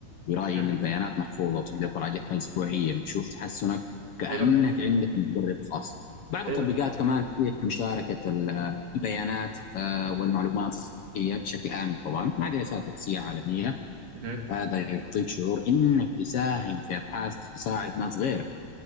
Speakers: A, on the left (about 60°); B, on the right (about 75°).
A: برأيي
B: أها.
A: إن البيانات محفوظة وتقدر تراجعها أسبوعيا وتشوف تحسنك كأنك
B: حلو
A: عندك مدرب خاص. بعض
B: حلو
A: التطبيقات كمان تتيح مشاركة ال- البيانات آه، والمعلومات السطحية بشكل آمن طبعا مع دراسات بحثية عالمية
B: أها.
A: هذا يعطيك شعور إنك تساهم في أبحاث تساعد ناس غيرك.